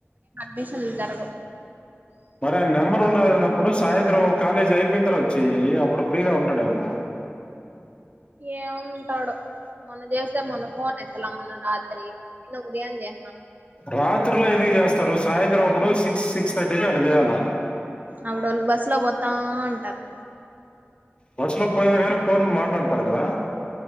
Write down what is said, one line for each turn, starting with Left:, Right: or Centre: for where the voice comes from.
Right: అడ్మిషన్లు జరగవు.
Left: మరి ఆయన నెంబర్ ఉండాలినప్పుడు సాయంత్రం కాలేజీ అయిపోయిన తరువాత చెయ్యి అప్పుడు ఫ్రీగా ఉంటాడేమో
Right: ఏం ఉంటాడో మొన్న చేస్తే మొన్న ఫోన్ ఎత్తలా మొన్న రాత్రి నిన్న ఉదయం చే
Left: రాత్రిలో ఎందుకు చేస్తారు సాయంత్రం అప్పుడు సిక్స్ సిక్స్ థర్టీకి అటు చేయాల
Right: అప్పుడు ఆళ్ళు బస్ లో పోతా ఉంటారు
Left: బస్ లో పోయినా కానీ ఫోన్లు మాట్లాడతారు కదా